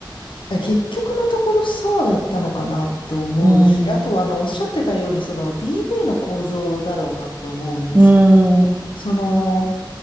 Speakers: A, on the left; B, on the right.
A: え結局のところそうだったのかなって思うし、
B: うん、う
A: あとはあのおっしゃってたように、その DV の構造だろうなって思うんですよね。
B: ん、
A: その、